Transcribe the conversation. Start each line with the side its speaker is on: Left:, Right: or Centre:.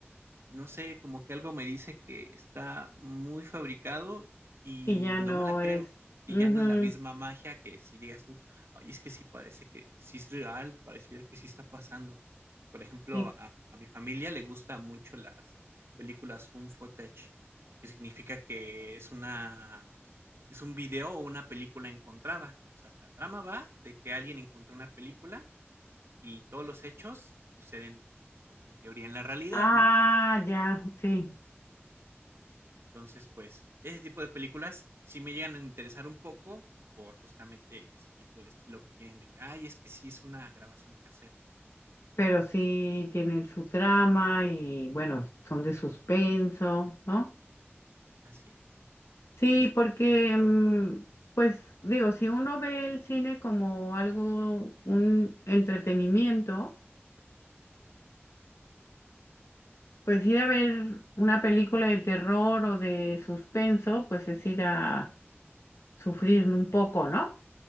Right: No sé, como que algo me dice que está muy fabricado y
Left: y ya
Right: no
Left: no
Right: me la creo.
Left: es,
Right: Y
Left: ujú,
Right: ya no es la misma magia que si digas tú, ay, es que sí parece que sí es real, pareciera que sí está pasando. Por ejemplo,
Left: y,
Right: a, a mi familia le gustan mucho las películas found footage, que significa que es una, es un video o una película encontrada. O sea, la trama va de que alguien encontró una película y todos los hechos suceden, como en teoría, en la realidad,
Left: ah,
Right: ¿no?
Left: ya, sí.
Right: Entonces, pues, ese tipo de películas sí me llegan a interesar un poco por justamente ese tipo de estilo que tienen de que, ay, es que sí es una grabación casera.
Left: Pero sí tienen su trama y bueno, son de suspenso, ¿no?
Right: Así es.
Left: Sí,
Right: Tiene su
Left: porque,
Right: suspenso y todo.
Left: mm, pues digo, si uno ve el cine como algo, un entretenimiento, pues ir a ver una película de terror o de suspenso, pues es ir a sufrir un poco, ¿no?